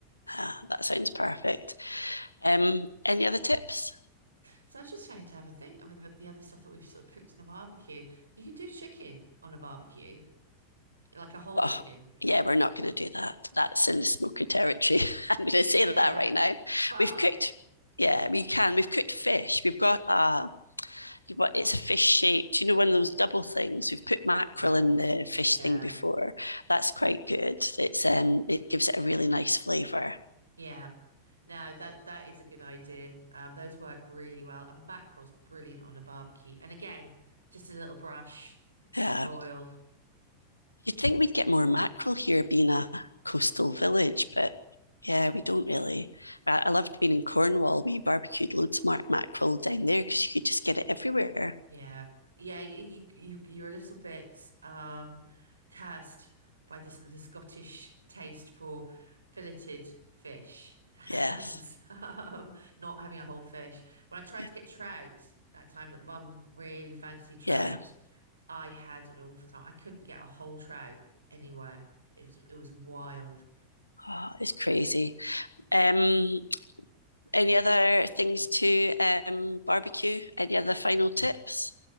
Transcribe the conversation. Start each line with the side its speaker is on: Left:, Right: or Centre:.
Left: Ah, that sounds perfect. Um, any other tips?
Right: So I was just trying to have a think. I mean, the, the other stuff that we've sort of cooked in the barbecue, you can do chicken on a barbecue, like a whole
Left: Oh,
Right: chicken.
Left: yeah, we're not going to do that. That's in the smoky territory. <laughs> I'm going to say
Right: Yeah,
Left: that right now.
Right: but
Left: We've cooked. Yeah, we can. We've cooked fish. We've got uh, you it's a fish shaped. You know, one of those double things. We've put mackerel
Right: yeah,
Left: in the fish
Right: yeah.
Left: thing before. That's quite good. It's um, it gives it a really nice flavour.
Right: Yeah. No, that that is a good idea. Um, those work really well. And mackerel's brilliant on a barbecue. And again, just a little brush
Left: Yeah.
Right: of oil.
Left: You'd think we'd get more mackerel here being a coastal village, but yeah, we don't really. I loved being in Cornwall. We barbecued loads of mar- mackerel down there because you could just get it everywhere.
Right: Yeah. Yeah, y- you you you're a little bit um cursed by the the Scottish taste for filleted fish
Left: Yes.
Right: <laughs> and um not having a whole fish. When I tried
Left: Yeah.
Right: to get trout that time that Mum really fancied trout,
Left: Yeah.
Right: I had an awful time. I couldn't get a whole trout anywhere. It was it was wild.
Left: Oh, it's crazy. Um, any other things to um barbecue? Any other final tips?